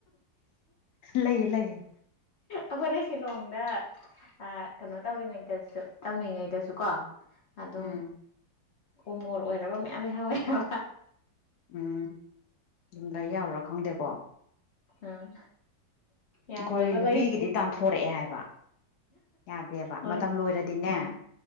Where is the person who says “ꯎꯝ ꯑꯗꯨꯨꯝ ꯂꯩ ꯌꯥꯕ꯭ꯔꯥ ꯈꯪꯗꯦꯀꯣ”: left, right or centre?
Left